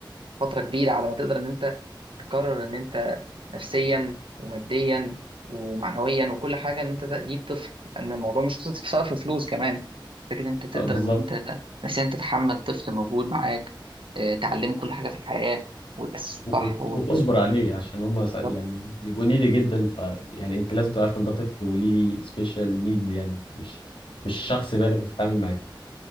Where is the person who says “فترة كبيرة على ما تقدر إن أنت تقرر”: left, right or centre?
Right